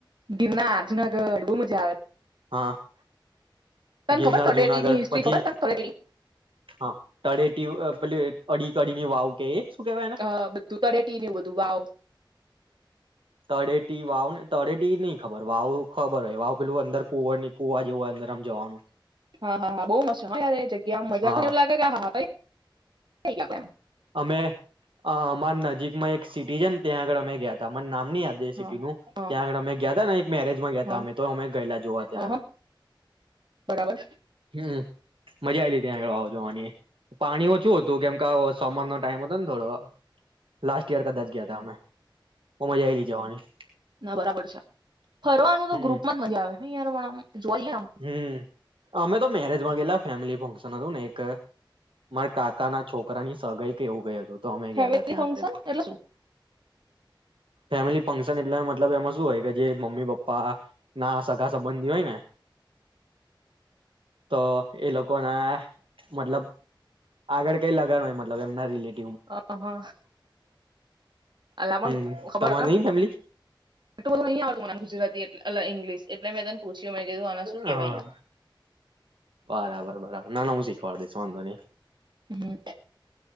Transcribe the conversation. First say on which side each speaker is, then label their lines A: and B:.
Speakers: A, on the right (about 65°); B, on the right (about 80°).
A: ગિરનાર જુનાગઢ બહુ મજા આવે.
B: હા.
A: તને
B: ગિરનાર
A: ખબર તળેટીની
B: જુનાગઢ
A: હિસ્ટ્રી
B: પછી
A: ખબર તને તળેટીની
B: હા તળેટી. પેલી અડી. કડીની વાવ કે એ શું કેવાય એને
A: હ બધું તળેટી બધું વાવ
B: તડેટી વાવ ને તડેટીની વાવ ખબર વાવ ખબર હોય વાવ પેલું અંદર કુવર ની કુવા જેવુંય અંદર આમ જવાનું
A: હા હા હા બહુ મસ્ત છે હ એજગ્યામાં મજા
B: હા
A: એવુ લાગે કે હા હા કઇ <inaudible> આપણે
B: અમે અમારા નજીકમાં એક સિટી છે ત્યાં આગળ અમે ગયા મને નામ નહી યાદ એ સિટી
A: હા
B: નું ત્યાં આગળ અમે ગયા તા ને એક મેરેજમાં ગયા ત
A: હા
B: અમે તો અમે ગયેલા જોવા ત્યાં આગળ
A: હા બરાબર
B: હમ મજા આ આવીલી ત્યા વાવ જોવાની પાણી ઓછુ હતું કેમ ક આવ સમરનો ટાઈમ હતો બ થોડવા લાસ્ટ ઈયર કદાચ ગયા હતા અમે બહુ મજા આવી હતી જવાની
A: ના બરાબર છે ફરવાનું તો
B: હમ
A: ગ્રુપમાં જ મજા આવે નહી યાર હમણા? આમ જોવા જઈએ આમ
B: હમ અમે તો મેરેજમાં ગયેલા ફેમિલી ફંક્શન હતું ને એક મારા કાકા ના છોકરા ની સગઈ કે એવું કઇ હતું તો અમે
A: ફેમિલી
B: ગયાતા ત્યાં
A: ફંક્શન
B: આંગળમાં
A: એટલે શું
B: ફેમિલી ફંક્શન એટલે મતલબ એમાં શું હોય કે જે મમ્મી પપ્પા ના સગા સંબંધી હોય ને તો એ લોકો ના મતલબ આગળ કઈ લગન હોય મતલબ એમના રિલેટીવ
A: અહા એ અલા મને
B: હમ
A: ખબર
B: તમારે નઈ ફેમિલી
A: જ નહી આવતું મને ગુજરાતી એટલે એ ઇંગ્લિશ એટલે મે તન પૂછ્યું મેં કીધું આને શું કહેવાય
B: હા
A: એમ
B: બરાબર બરાબર નાના હું શીખવાડ દઈશ વાંધો નહી
A: હમ